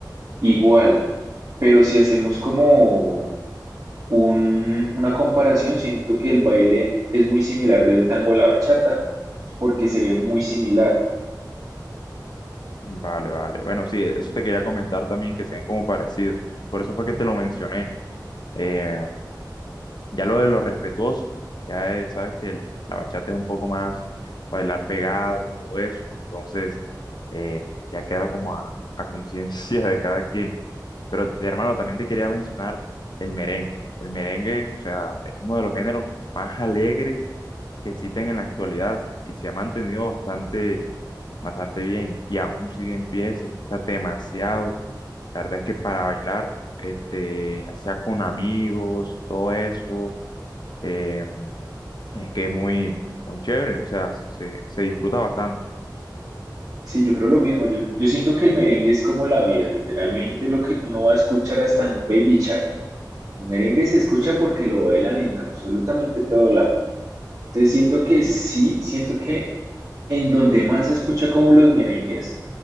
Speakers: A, on the right; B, on the left.
A: igual. Pero si hacemos como un- una comparación, siento que el baile es muy similar del tango a la bachata, porque se ve muy similar.
B: Vale, vale. Bueno, sí, eso te quería comentar también, que se ven como parecidos. Por eso fue que te lo mencioné. Eh, ya lo de lo respetuoso, ya es- sabes que el- la bachata es un poco más bailar pegado y todo eso. Entonces, eh, ya queda como a, a conciencia <laughs> de cada quien. Pero hermano, también te quería mencionar el merengue. El merengue, o sea, es uno de los géneros más alegres que existen en la actualidad y se ha mantenido bastante, bastante bien y aún sigue en pie, se escucha demasiado. La verdad es que para bailar, este, ya sea con amigos y todo eso, eh, es que es muy, muy chévere, o sea, se, se disfruta bastante.
A: Sí, yo creo lo mismo. Yo, yo siento que el merengue es como la vida, literalmente lo que uno va a escuchar hasta en un baby shower. El merengue se escucha porque lo bailan en absolutamente todo lado. Entonces siento que sí, siento que en donde más se escucha como los merengues,